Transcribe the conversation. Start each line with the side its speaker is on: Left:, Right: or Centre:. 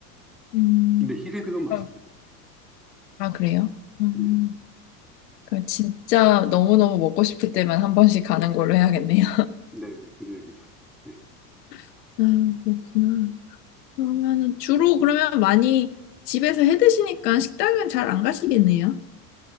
Left: 음.
Centre: 근데 히레드가 맛있어요.
Left: 어. 아, 그래요? 음,
Centre: 예.
Left: 그럼 진짜 너무너무 먹고 싶을 때만 한 번씩 가는 걸로 해야겠네요.
Centre: 네, 그래야겠요 예.
Left: <laughs> 아, 그렇구나. 그러면은 주로 그러면 많이 집에서 해 드시니까 식당은 잘 안 가시겠네요.